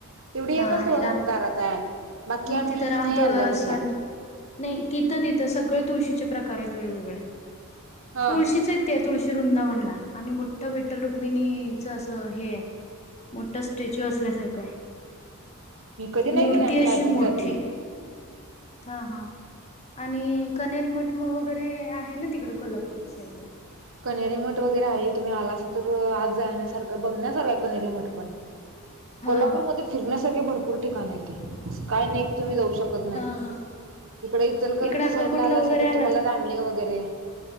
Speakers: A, on the right; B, on the left.
A: तेवढी
B: हा
A: एकच
B: आणि
A: थोडं
B: राम
A: संमता आताय बाकी
B: मग
A: आम्ही
B: तिथं राम
A: नाही
B: तुळस
A: आणल्या कुठल्या?
B: आणि नाही तिथं तिथं सगळे तुळशीचे प्रकार आहेत वेगवेगळे
A: हा.
B: तुळशीच य ते तुळशी वृंदावनला आणि मोठं विठ्ठल रुक्मिणीच असं हे आहे. मोठा स्टॅच्यू असल्यासारखं
A: मी कधी नाही
B: मूर्ती
A: गेले आमच्या
B: अशी
A: आजीच
B: मोठी
A: जाते.
B: हा हा आणि कनेरी मटम वगैरे आहे ना तिकड कोल्हापूर <unintelligible>
A: कनेरीमठ वगैरे आहे तुम्ही आला अस तर आज जाण्यासारखं बघण्यासारखा कनेरीमठ पण
B: हा
A: कोल्हापूरमध्येध्ये फिरण्यासारखे भरपूर ठिकाण ते असं काय नाही की तुम्ही जाऊ शक. श
B: हा
A: नाही
B: हा
A: इकडे इचलकरांच्या
B: इकडे अक्कलकोटला
A: साईड ला आला
B: वगैरे
A: अस तर
B: आलात
A: तुम्हाला रामलेंग वगैरे